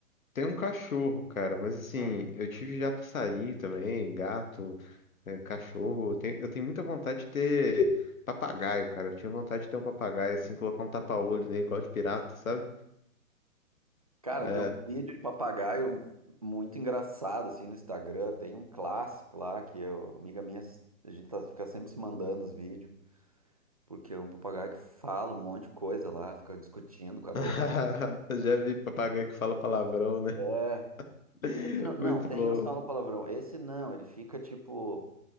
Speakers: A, on the left; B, on the right.
A: Tem um cachorro, cara, mas assim,
B: Ah.
A: eu tive já passarinho também, gato, é, cachorro. Eu tenho, eu tenho muita vontade de ter papagaio, cara. Eu tinha vontade de ter um papagaio, assim, colocar um tapa-olho nele, igual de pirata, sabe?
B: Cara,
A: É.
B: tem um vídeo de papagaio muito engraçado, assim, no Instagram. Tem um clássico lá que eu, amiga minha, a gente tá, fica sempre se mandando os vídeos, porque é um papagaio que fala um monte de coisa lá, fica discutindo com
A: <laughs>
B: a dor.
A: Eu já vi papagaio que fala palavrão, né?
B: É,
A: <laughs>
B: esse não, não,
A: Muito
B: tem
A: bom.
B: uns que falam palavrão. Esse não, ele fica tipo.